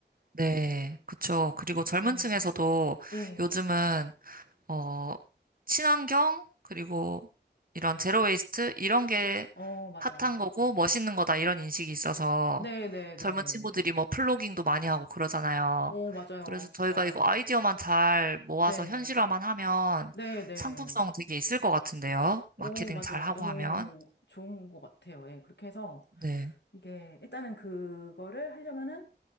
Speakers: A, on the right (about 50°); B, on the left (about 70°).
A: 네. 그쵸.
B: 어,
A: 그리고 젊은
B: 예,
A: 층에서도
B: 예.
A: 요즘은, 어, 친환경, 그리고 이런 제로웨이스트, 이런 게
B: 어, 맞아요.
A: 핫한 거고 멋있는 거다, 이런 인식이 있어서
B: 네, 네,
A: 젊은
B: 네.
A: 친구들이 뭐 플로깅도 많이 하고 그러잖아요.
B: 오, 맞아요.
A: 그래서 저희가
B: 진짜.
A: 이거 아이디어만 잘 모아서
B: 네,
A: 현실화만 하면
B: 네, 네.
A: 상품성 되게 있을 것 같은데요. 마케팅
B: 오, 맞아요.
A: 잘 하고
B: 너무
A: 하면.
B: 좋은 것 같아요. 예, 그렇게 해서
A: 네.
B: 이게 일단은 그거를 하려면은